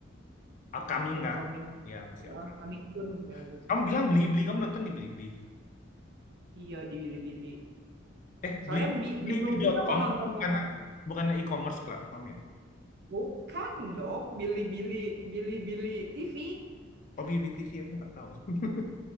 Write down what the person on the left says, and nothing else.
Upcoming
nggak? Ya masih
upcoming.
Kamu bilang Blibli, kamu nonton di Blibli.
Eh,
Bli,
Blibli.com
bukan
bukan e-commerce platform ya?
Oh, BBTV aku nggak tahu. <laughs>